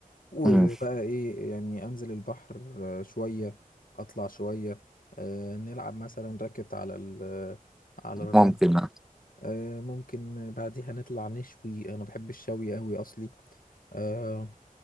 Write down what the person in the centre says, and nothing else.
مم،
ممكن اه